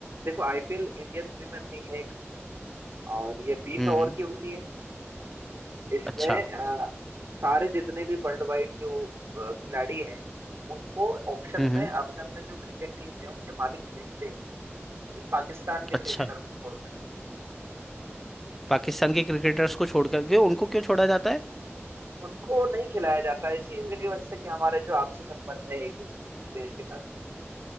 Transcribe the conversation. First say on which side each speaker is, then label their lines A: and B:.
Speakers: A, on the right (about 65°); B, in the centre.
A: देखो आईपीएल इंडियन प्रीमियर लीग है एक, और ये बीस
B: हम्म
A: ओवर
B: हम्म,
A: की होती है इसमें
B: अच्छा
A: अ, सारे जितने भी वर्ल्ड वाइड जो अ, खिलाड़ी हैं उनको ऑक्शन
B: हम्म
A: में
B: हम्म
A: अपने अपने जो क्रिकेट टीम है उनके मालिक खरीदते हैं सिर्फ पाकिस्तान के
B: अच्छा
A: क्रिकेटर को छोड़कर
B: पाकिस्तान के क्रिकेटर्स को छोड़कर क्यों उनको क्यों छोड़ा जाता है
A: उनको नहीं खिलाया जाता इसी वजह से कि हमारे जो आपसी संबंध है एक दूसरे देश के साथ